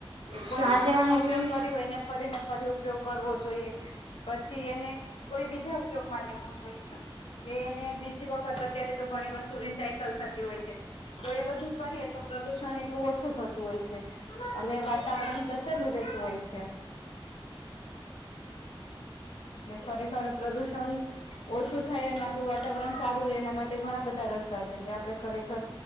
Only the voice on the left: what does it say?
કોઈ
વસ્તુનો
ઉપયોગ
કરો હોય એને ફરીને ફરી ઉપયોગ કરવો જોઈએ પછી એને કોઈ બીજા ઉપયોગમાં લેવું જોઈએ કે એને બીજી અત્યારે તો ઘણી વસ્તુ રિસાયકલ થતી હોય છે તો એ બધું કરીએ તો પ્રદુષણ એટલું ઓછું થતું હોય છે અને વાતાવરણ બચેલું રહેતું હોય છે એટલે ખરેખર પ્રદુષણ ઓછું થાય અને આપણું વાતાવરણ સારું રહેે એના માટે ઘણા બધા રસ્તા છે જે આપણે ખરેખર